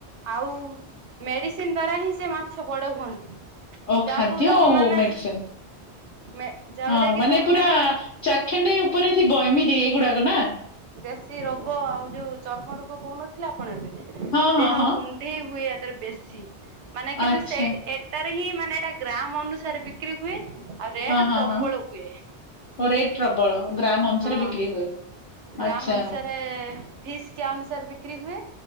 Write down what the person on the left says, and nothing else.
ଓ ଖାଦ୍ୟ
ଆଉ
ମେଡିସିନ
ହଁ
ମାନେ
ପୁରା ଚାଖେଣ୍ଡେ ଉପରେ ଥିବ ଏମିତି ଏଗୁଡାକ ନା।
ହଁ ହଁ
ହଁ
ଆଚ୍ଛା
ହଁ ହଁ
ହଁ
ଓ ରେଟ୍ ପ୍ରବଳ ଅ ନୁସାରେ
ବିକ୍ରି ହୁଏ।
ଆଚ୍ଛା